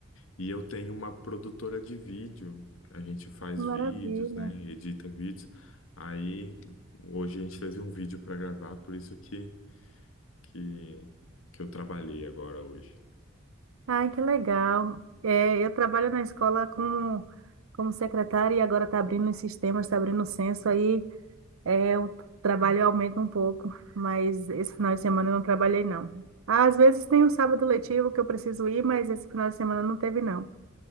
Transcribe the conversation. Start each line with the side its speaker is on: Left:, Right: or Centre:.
Left: E eu tenho uma produtora de vídeo. A gente faz
Right: que maravilha.
Left: vídeos, né? e Edita vídeos. Aí hoje a gente teve um vídeo para gravar, por isso que, que, que eu trabalhei agora hoje.
Right: Ai, que legal. É, eu trabalho na escola como, como secretária e agora está abrindo os sistemas, está abrindo o censo aí. É, o trabalho aumenta um pouco, mas esse final de semana eu não trabalhei, não. Às vezes tem o sábado letivo que eu preciso ir, mas esse final de semana não teve, não.